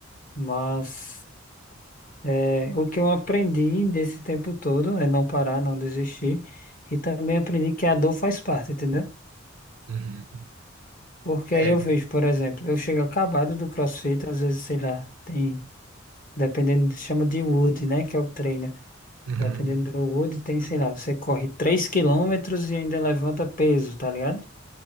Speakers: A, on the left; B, on the right.
A: Mas é, o que eu aprendi desse tempo todo é não parar, não desistir. E também aprendi que a dor faz parte, entendeu?
B: Uhum.
A: Porque
B: É,
A: aí eu vejo, por exemplo, eu chego acabado do CrossFit, às vezes, sei lá, tem, dependendo, chama de wood, né? Que é o treino.
B: uhum.
A: Dependendo do wood tem, sei lá, você corre 3 quilômetros e ainda levanta peso, tá ligado?